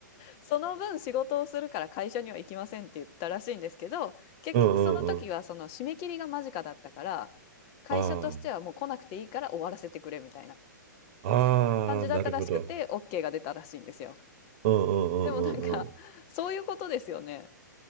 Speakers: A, on the left (about 35°); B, on the right (about 45°).
A: その分仕事をするから会社には行きませんって言ったらしいんですけど、結局その時はその締め切りが間近だったから、
B: うんうんうん
A: 会社としてはもう来なくていいから終わらせてくれみたいな
B: ああ
A: 感じだったらしくて、
B: ああなるほど
A: OK が出たらしいんですよ。
B: うんうんうんうんうん
A: でもなんか、そういうことですよね。